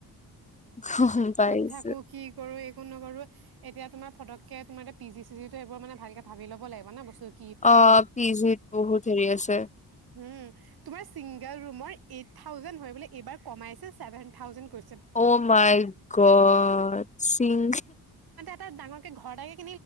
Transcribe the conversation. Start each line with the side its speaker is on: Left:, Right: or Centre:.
Left: গম পাইছো।
Right: ক'ত থাকো কি কৰো নকৰো এতিয়া তোমাৰ পটকে তোমাৰ পি জি চিজি টো সেইবোৰ মানে ভালকে ভাবি ল'ব লাগিব ন বস্তুটো
Left: অ', পিজিত বহুত হেৰি আছে।
Right: উম তোমাৰ চিংগল ৰুমৰ এইট থাউজেড হয় এইবাৰ কমাইছে চেভেন থাউজে কৰি
Left: অ' মাই গত চিং
Right: তাত ডাঙৰ কে ঘৰ‌ এটা কে